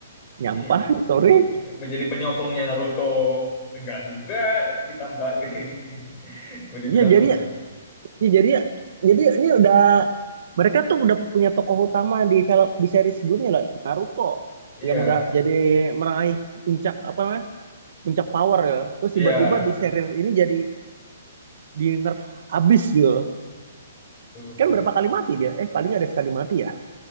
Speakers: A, on the right; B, on the left.
A: nyampah
B: Iya, iya.
A: sorry
B: <laughs> menjadi penyokongnya Naruto enggak juga ditambah <laughs> mau dibilang
A: ya jadi
B: utang.
A: Ya, jadi jadi ini udah mereka tuh udah punya tokoh utama di film di seri sebelumnya lah Naruto
B: Iya
A: yang udah jadi meraih puncak apa namanya puncak power ya terus
B: iya
A: tiba-tiba di seri ini jadi di nerf abis gitu
B: betul betul.
A: kan berapa kali mati dia eh paling nggak ada sekali mati ya